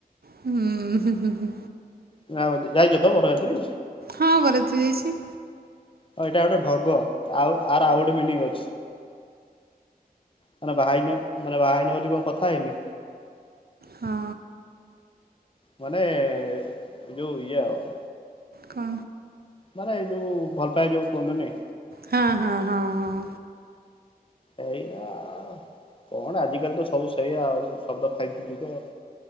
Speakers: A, on the right; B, on the left.
A: ହୁଁ ହୁଁ ହୁଁ ହୁଁ।
B: ନାଁ ଯାଇଛ ତ ବର ଯାତ୍ରୀ?
A: ହଁ ବର ଯାତ୍ରୀ ଯାଇଛି।
B: ହଁ ଏଇଟା ଗୋଟେ ଢଗ ଆଉ ଆର ଆଉ ଗୋଟେ ମିନିଂ ଅଛି। କଣ ବାହା ହେଇନେ ମାନେ ବାହା ମାନେ ବୋଲି କଣ କଥା ହେଇନି?
A: ହଁ।
B: ମାନେ <inaudible> ଯୋଉ ଇଏ ଆଉ
A: କଁ
B: ମାନେ ଏଇ ଯୋଉ ଭଲ ପାଏ ଯୋଉ ସୁ ମାନେ
A: ହଁ ହଁ ହଁ ହଁ।
B: ଏଇଆ କଣ ଆଜିକାଲି ତ ସବୁ ସେଇଆ ଆଉ। ହବ ଫାଇଭ୍ ଯୁଦ୍ଧ <inaudible>